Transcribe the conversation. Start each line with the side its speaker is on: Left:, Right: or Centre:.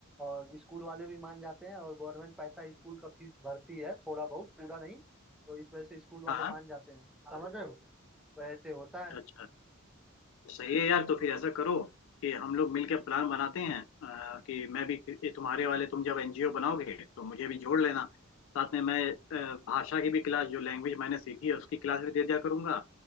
Centre: और स्कूल वाले भी मान जाते हैं और गवर्नमेंट पैसा स्कूल का फीस भरती है थोड़ा बहुत पूरा नहीं तो इस वजह से स्कूल वाले
Left: हाँ,
Centre: मान जाते हैं समझ रहे हो वैसे होता है
Left: अच्छा अच्छा सही है यार तो फिर ऐसा करो कि हम लोग मिलकर प्लान बनाते हैं अ, कि मैं भी कि तुम्हारे वाले तुम जब एनजीओ बनाओगे तो मुझे भी जोड़ लेना साथ में मैं अ, भाषा की भी क्लास जो लैंग्वेज मैंने सीखी है उसकी क्लास भी दे दिया करूंगा